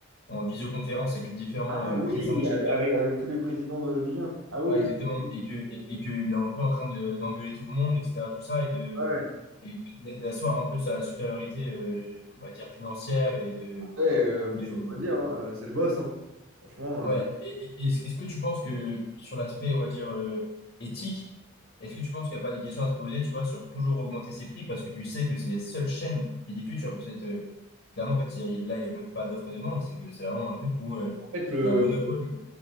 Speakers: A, on the left (about 55°); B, on the right (about 80°).
A: en visioconférence avec les différents
B: Ah
A: euh,
B: oui,
A: présidents de chaque équipe.
B: avec, avec tous les présidents de Ligue 1. Ah oui,
A: Ouais, exactement.
B: je-
A: Et que, et, et qu'il est un peu en train de, d'engueuler tout le monde, etc., tout ça, et de,
B: ouais.
A: et d'asseoir un peu sa supériorité, euh, on va dire, financière et de,
B: Ouais, euh, moi,
A: de,
B: faut le redire, hein, c'est le boss. hein. Franchement,
A: Ouais,
B: euh,
A: et, et- est-ce est-ce que tu penses que sur l'aspect, on va dire, euh, éthique, est-ce que tu penses qu'il n'y a pas des questions à se poser, tu vois, sur toujours augmenter ses prix parce que tu sais que c'est les seules chaînes qui diffusent, tu vois, parce que euh, clairement, en fait, il y a- là, il n'y a même pas d'offre et demande, c'est que c'est vraiment un truc où euh,
B: en fait, le...
A: il y a un monopole